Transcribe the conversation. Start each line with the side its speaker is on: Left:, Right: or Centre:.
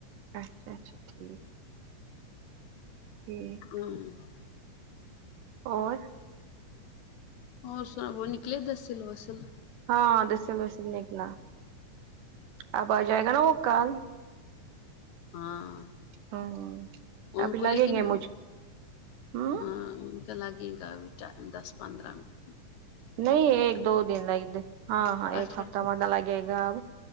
Right: اچھا اچھا ٹھیک ٹھیک
Left: ہ
Right: اور
Left: اور سب وہ نکلے د سل بسل
Right: ہاں دسل وسل نکلا اب آ جائے گا نا وہ کال
Left: ہاں
Right: ہاں
Left: ان
Right: ابھی
Left: کو
Right: لگیں
Left: لیکن
Right: گے مجھ ہ
Left: ہاں انکا لگے گا ابھی ٹایم پندرہ من
Right: نہیں ایک دو دن لگ ہاں ہاں ایک
Left: اچھا
Right: ہفتہ
Left: اچھا
Right: متا لگے گا اب